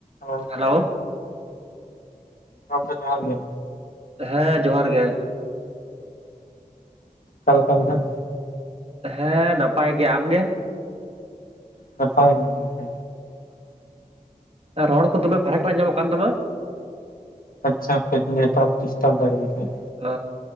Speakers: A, on the left (about 80°); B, on the right (about 45°).
A: ᱦᱮᱸ
B: ᱦᱮᱞᱳ
A: ᱜᱚᱢᱠᱮ ᱡᱚᱦᱟᱨ ᱜᱮ᱾
B: ᱦᱮᱸ ᱡᱚᱦᱟᱨ ᱜᱮ᱾
A: ᱜᱚᱢᱠᱮ ᱞᱟᱹᱭ ᱵᱮᱱ
B: ᱦᱮᱸ ᱱᱟᱯᱟᱭ ᱜᱮ, ᱟᱢ ᱜᱮ?
A: ᱱᱟᱯᱟᱭ ᱜᱤ ᱜᱚᱢᱠᱮ᱾
B: ᱟᱹ ᱨᱚᱲ ᱠᱚ ᱫᱚᱢᱮ ᱯᱷᱟᱨᱟᱠ ᱨᱮ ᱟᱸᱡᱚᱢᱚᱜ ᱠᱟᱱ ᱛᱟᱢᱟ?
A: ᱟᱪᱪᱷᱟ ᱠᱟ‌. ᱡ ᱱᱮᱴᱚᱣᱟᱨᱠ ᱰᱤᱥᱴᱟᱵ ᱫᱟᱭ ᱜᱚᱢᱠᱮ,
B: ᱚ